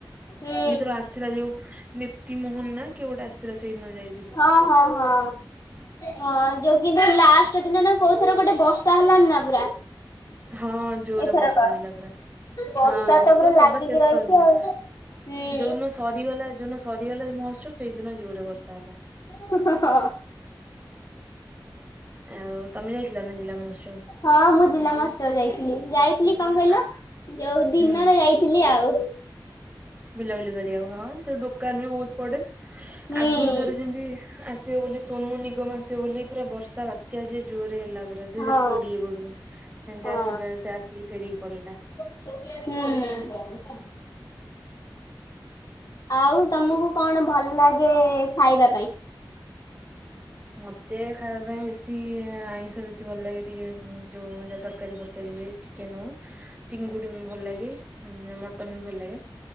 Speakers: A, on the left; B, on the right.
A: ହୁଁ
B: ଏଥର ଆସିଥିଲା ଯୋଉ ନିପ୍ତି ମୋହନ ନା କିଏ ଗୋଟେ ଆସିଥିଲା ସେଇଦିନ ଯାଇ
A: ହଁ ହଁ ହଁ। ହଁ ଯୋଉ କିନ୍ତୁ ଲାଷ୍ଟ ଦିନ ନା କୋଉ ଥର ଗୋଟେ ବର୍ଷା ହେଲନି ନା ପୁରା
B: ହଁ ଜୋରରେ
A: ଏଥରକ।
B: ବର୍ଷା ହେଲା ପୁରା
A: ବର୍ଷା
B: ହଁ
A: ତ
B: ପୁରା ସବା
A: ଲାଗିକି
B: ଶେଷ
A: ରହିଛି
B: ଦିନ
A: ଆଉ। ହୁଁ।
B: ଯୋଉଦିନ ସରିଗଲା ଯୋଉଦିନ ସରିଗଲା ମହୋତ୍ସବ ସେଇଦିନ ଜୋରରେ ବର୍ଷା ହେଲା।
A: <unintelligible>
B: ଆଉ <unintelligible> ଜିଲ୍ଲା ମହୋତ୍ସବ।
A: ହଁ ମୁଁ ଜିଲ୍ଲା ମହୋତ୍ସବ ଯାଇଥିଲି ଯାଇଥିଲି କଣ କହିଲ
B: ଆ-
A: ଯୋଉ ଦିନରେ
B: ହୁଁ
A: ଯାଇ ଥିଲି ଆଉ।
B: ବୁଲାବୁଲି କରିବାକୁ ହଁ ତ ଦୋକାନ ବି ବହୁତ ପଡେ
A: ହୁଁ
B: ଆଗରୁ ଥରେ ସେମତି ଆସିବ ବୋଲି ସୋନୁନିଗମ ଆସିବ ବୋଲି ପୁରା ବର୍ଷା ବାତ୍ୟା ଯେ ଜୋରରେ ହେଲା ପୁରା ଦୁଇ
A: ହଁ
B: ହଜାର କୋଡିଏ ବେଳକୁ। ହେମିତି
A: ହଁ।
B: ଆସିିବ ସେ ଆସିକି ଫେରିକି ପଳିଲା।
A: ହୁଁ। ଆଉ ତମକୁ କଣ ଭଲ ଲାଗେ ଖାଇବା ପାଇଁ? <inaudible>
B: ମତେ ଖାଇବା ପାଇଁ ବେଶୀ ଆଇଁଷ ବେଶୀ ଭଲ ଲାଗେ ଟିକେ ଯୋଉ ଯା ତରକାରୀ ଫରକାରୀ ହୁଏ ଚିକେନୁ ଚିଙ୍ଗୁଡି ଭଲ ଲାଗେ ମଟନ ଭଲ ଲାଗେ